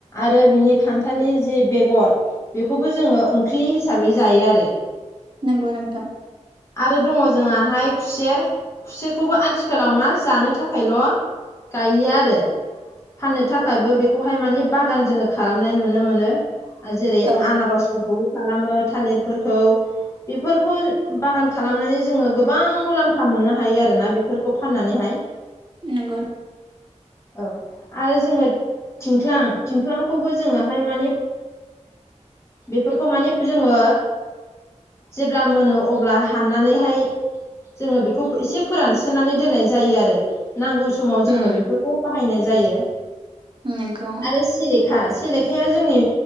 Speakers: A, on the left; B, on the right.
A: आरो बिनि खान्थालनि जि बेगर बेखौबो जोङो ओंख्रि हिसाबै जायो आरो
B: नंगौ नोंथां
A: आरो दङ जोङाहाय खुसेर खुसेरखौबो आथिखालाव मा जानो थाखायल' गायलिया आरो फाननो थाखायबो बेखौहाय मानिे बागान जोङो खालामनाय नुनो मोनो जेरै
B: औ
A: आनारसफोरखौबो खालामो थालिरफोरखौ बेफोरखौ बागान खालामनानै जोङो गोबां मुलाम्फा मोननो हायो आरो ना बेफोरखौ फाननानैहाय
B: नंगौ
A: औ आरो जोङो थिंख्लां थिंख्लांखौबो जोङोहाय माने बेफोरखौ माने जोङो जेब्ला मोनो अब्ला हाननानैहाय जोङो बेखौ एसे फोरानस्रोनानै दोननाय जायो आरो नांगौ समाव जोङो
B: उम
A: बेफोरखौ बाहायनाय जायो
B: नंगौ
A: आरोे खा सेलेखाया जोंनि